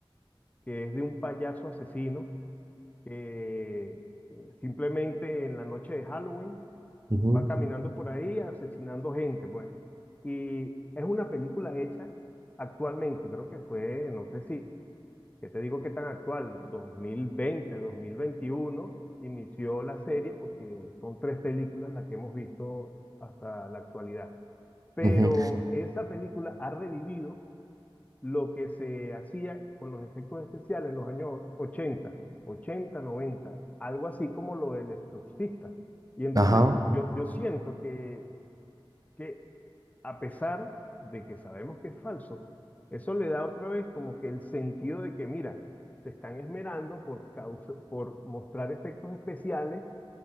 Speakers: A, on the left; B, on the right.
A: que es de un payaso asesino que eh, simplemente en la noche de Halloween
B: Ujú,
A: va caminando por ahí asesinando gente, pues. Y es una película hecha actualmente, creo que fue, no sé si, que te digo que tan actual, 2020, 2021, inició la serie porque son tres películas las que hemos visto hasta la actualidad. Pero
B: ujú,
A: esa película ha revivido lo que se hacía con los efectos especiales en los años 80, 80, 90, algo así como lo del exorcista. Y entonces
B: Ajá.
A: yo, yo siento que, que a pesar de que sabemos que es falso, eso le da otra vez como que el sentido de que, mira, te están esmerando por causa- por mostrar efectos especiales